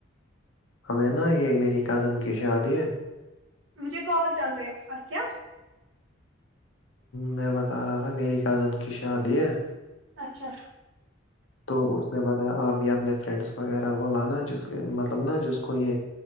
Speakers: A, on the left (about 80°); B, on the right (about 80°).
A: ہمیں نا یہ میری کزن کی شادی ہے
B: مجھے کال چل رہی ہے اچھ کیا
A: میں بتا رہا تھا میری کزن کی شادی ہے
B: اچھا
A: تو اس نے بتایا آپ اپنے فرینڈس وغیرہ کو لانا جس مطلب نا جس کو یہ